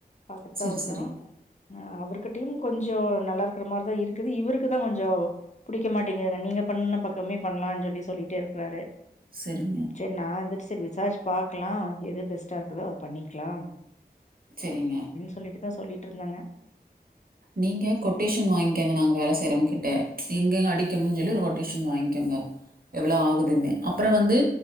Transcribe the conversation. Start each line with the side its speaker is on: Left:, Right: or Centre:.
Left: பாத்துட்டுதா
Right: சரி,
Left: வந்தோ
Right: சரிங்க.
Left: அ அவர்கிட்டயும் கொஞ்சோ நல்லா இருக்கற மாரிதா இருக்குது இவருக்குதான் கொஞ்சோ புடிக்க மாட்டி ஏதா நீங்க பண்ண பக்கமே பண்ணலான் சொல்லி சொல்லிட்டே இருக்கறாரு
Right: செரிங்க
Left: சேரி நா இந்துட்டு செரி விசாரிச்சு பாக்கலா எது பெஸ்டா இருக்குதோ அத பண்ணிக்லா
Right: சேரிங்க
Left: சொல்லிட்டுதா சொல்லிட்டுருந்தாங்க
Right: நீங்க கொட்டேஷன் வாய்ங்க்கங்க நாங்க வேல செய்றவங்ககிட்ட எங்கங்க அடிக்கனுன் சொல்லி ஒரு கொட்டேஷன் வாய்ங்க்கங்க எவ்ளோ ஆகுதுன்னு அப்றோ வந்து